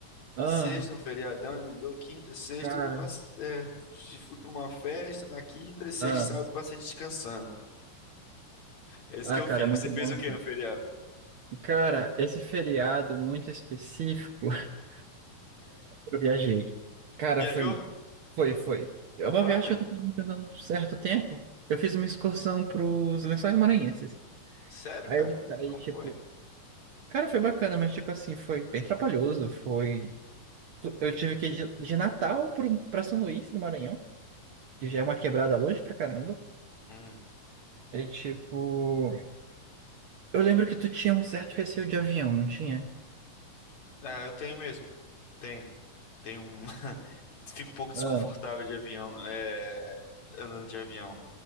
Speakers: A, on the right (about 75°); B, on the left (about 55°).
A: Ah,
B: Sexta, um feriadão, emendou quinta, sexta.
A: cara.
B: Eu passe... é, fui pra uma festa na quinta, e sexta,
A: Ah,
B: e sábado passei descansando. É isso
A: ah,
B: que eu
A: cara,
B: fiz.
A: é muito
B: Você fez
A: bom
B: o
A: isso.
B: que no feriado?
A: Cara, esse feriado muito específico, <laughs> eu viajei. Cara,
B: Viajou?
A: foi, foi, foi. É uma
B: Pra
A: viagem
B: onde?
A: que eu tô planejando há um certo tempo. Eu fiz uma excursão pros Lençóis Maranhenses.
B: Sério,
A: Aí,
B: cara?
A: aí,
B: Como
A: tipo,
B: foi?
A: cara, foi bacana, mas, tipo assim, foi bem trabalhoso, foi Tu- Eu tive que ir de, de Natal pro- pra São Luís do Maranhão, que já é uma quebrada longe pra caramba.
B: Hum.
A: É tipo. Eu lembro que tu tinha um certo receio de avião, não tinha?
B: Ah, eu tenho mesmo. Tenho. Tenho um. <laughs> Fico um pouco desconfortável
A: Ah,
B: de avião, é... andando de avião.